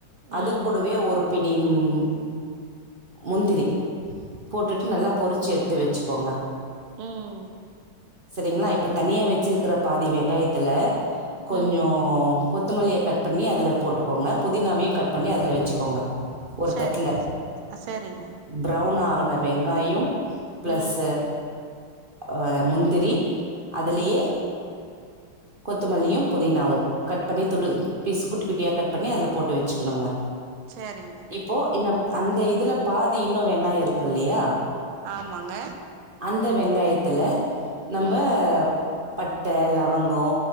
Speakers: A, on the right; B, on the right.
A: அது
B: ம்
A: கூடவே ஒரு பிடி ம் முந்திரி போட்டுட்டு நல்லா பொறிச்சி எடுத்து வச்சுக்கோங்க
B: ம்
A: சரிங்களா இப்ப தனியா வச்சிருக்கற பாதி வெங்காயத்துல கொஞ்சோ
B: ம்
A: கொத்தமல்லிய கட் பண்ணி அதுல போட்டுக்கோங்க புதினாவையு கட் பண்ணி அதுல வச்சுக்கோங்க ஒரு
B: சரிங்க
A: தட்டுல
B: சரிங்க
A: ப்ரௌன் ஆகனு வெங்காயம் பிளஸ்
B: ம்
A: ஆஹ் முந்திரி அதுலயே
B: ம்
A: கொத்தமல்லியு புதினாவு கட் பண்ணி துண்டு பீஸ் குட்டி குட்டியா கட் பண்ணி அதுல போட்டு வச்சுக்கணுங்க
B: சேரிங்க
A: இப்போ என்ன அந்த இதுல பாதி இன்னு வெங்காயோ இருக்குல்லையா
B: ஆமாங்க
A: அந்த வெங்காயத்துல நம்ம
B: ம்
A: பட்ட லவங்கோ